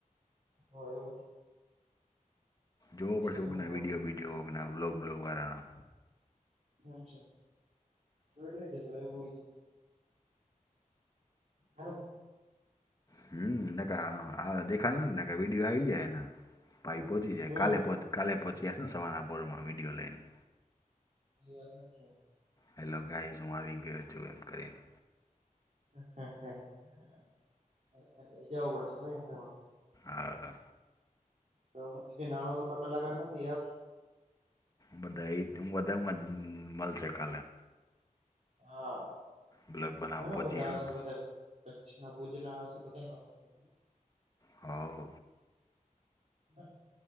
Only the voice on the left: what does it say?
જોવો પડશે
કોકના
વિડીયો વિડીયો બ્લોગ બ્લોગ વાળાના
હમ વિડીયો આવી જાય એના ભાઈ પોંચી જાય,
કાલે પોચી કાલે પોચીયાસ સવારના પોરમાં વિડીયો લઈ ને
હેલો ગાઈસ હુ આવી ગયો છુ, એમ કરીને
આ
બધા એ વધારે મલશે કાલે
બ્લોગ બનાવ
પહોંચી
આવે
ને
હોવ